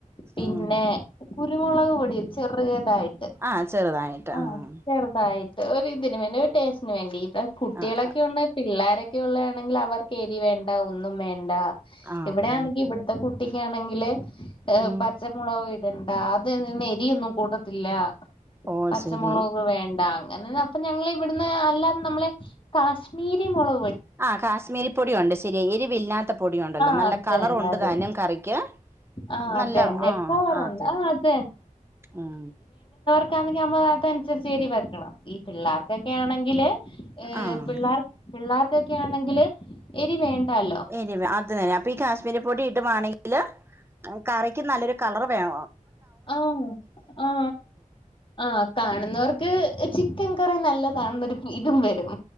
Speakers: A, on the left (about 40°); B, on the right (about 15°).
A: പിന്നെ
B: ഉം
A: കുരുമുളക് പൊടി ചെറിയ യിട്ട്
B: ആഹ് ചെറുതായിട്ട്
A: ആ
B: ആഹ്
A: ചെറുതായിട്ട് ഒരു ഇതിന് വേണ്ടി ഒരു ടേസ്റ്റിനു സ്റ്റിന് വേണ്ടി കുട്ടികളൊക്കെ
B: ആഹ്
A: ഉണ്ട പിള്ളാരൊക്കെ ഉള്ളയാണെങ്കിൽ അവർക്ക് എരി വേണ്ട ഒന്നും വേണ്ട
B: ആഹ്
A: ഇവിടെയാണെങ്കിൽ ഇവിടത്തെ കുട്ടി ട്ടിക്കാണെങ്കില് ഏഹ്ഹ്
B: ഉം
A: പച്ചമുളക് ഇടണ്ട <unintelligible> നെരിയൊന്നും കൂട്ടത്തില്ല
B: ഓ
A: പച്ചമുളക്
B: ശരി
A: വേണ്ടാങ് അങ്ങനെ അപ്പ ഞങ്ങളിവിടുന്ന് അല്ലാ നമ്മളെ കാശ് നീരിമുളോ
B: ആ കാശ്മീരി പൊടിയ ഉണ്ട് ശരിയ എരിവില്ലാത്ത പൊടിയുണ്ടല്ലോ
A: ആഹ്
B: നല്ല
A: അത്
B: കളർ
A: തന്നെ
B: ഉണ്ട്
A: അത്
B: താനും കറിക്ക്
A: ആഹ്
B: നല്ല
A: അത് തന്നെ
B: ആ
A: കളറുണ്ട്
B: ആ അ തന്നെ
A: ആഹ് അത്
B: ഉം
A: ക്കാണെങ്കിൽമ്മകത്തെ അനുസരിച്ച് എരി വെക്കണം ഈ പിള്ളേർക്കൊക്കെ ആണെങ്കില് ഏഹ
B: ആഹ്
A: പിള്ളേർ പിള്ളേർക്കൊക്കെ ആണെങ്കിൽ എരി വേണ്ട വേണ്ടാല്ലോ
B: എരിവ് അത് തന്നെ അപ്പൊ ഈ കാശ്മീരി പൊടി ഇടുവാണെങ്കില് കറിക്ക് നല്ലൊരു കളർ വേണ
A: ആഹ ആ ആഹ കാണുന്നവർക്ക് ചിക്കൻ കറി നല്ലതാണെന്നൊരു ഇതും വരും